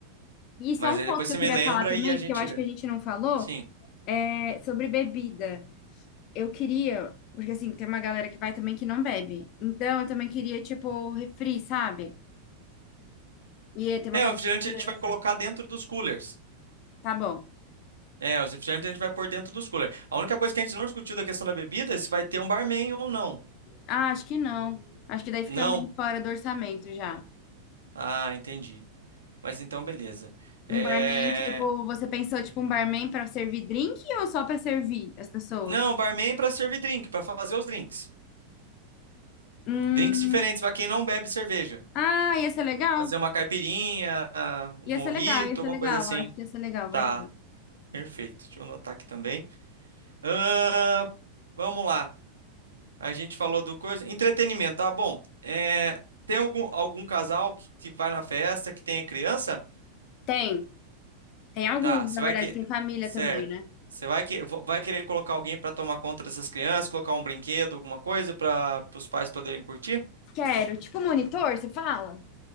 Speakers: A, on the left (about 40°); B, on the right (about 75°).
A: E só
B: Mas
A: um
B: aí
A: pouco
B: depois
A: que
B: você
A: eu
B: me
A: queria
B: lembra
A: falar também,
B: e a gente
A: que eu acho
B: vê.
A: que a gente não falou,
B: Sim.
A: é sobre bebida. eu queria, porque assim, tem uma galera que vai também que não bebe. Então eu também queria, tipo, refri, sabe? E aí tem uma
B: É,
A: parte
B: o refrigerante
A: de criança.
B: a gente vai colocar dentro dos coolers.
A: Tá bom.
B: É, os refrigerantes a gente vai pôr dentro dos coolers. A única coisa que a gente não discutiu da questão da bebida é se vai ter um barman ou não.
A: Ah, acho que não. Acho que daí fica
B: Não?
A: meio fora do orçamento já.
B: Ah, entendi. Mas então, beleza. É...
A: Um barman, tipo, você pensou, tipo, um barman pra servir drink ou só pra servir as pessoas?
B: Não, barman para servir drink, para fazer os drinks.
A: Hum,
B: Drinks diferentes para quem não bebe cerveja.
A: ah, ia ser legal.
B: Fazer uma caipirinha, um
A: Ia
B: mojito,
A: ser legal, ia ser
B: alguma
A: legal.
B: coisa assim.
A: Acho que ia ser legal,
B: Tá,
A: verdade.
B: perfeito. Deixa eu anotar aqui também. Ahn, Vamos lá. A gente falou do coisa. Entretenimento, tá bom. É, tem algum, algum casal que, que vai na festa, que tenha criança?
A: Tem. Tem alguns,
B: Tá, você
A: na
B: vai
A: verdade,
B: que.
A: tem família
B: Certo.
A: também, né?
B: Você vai, que, vo- vai querer colocar alguém para tomar conta dessas crianças, colocar um brinquedo, alguma coisa para os pais poderem curtir?
A: Quero. Tipo, monitor, você fala?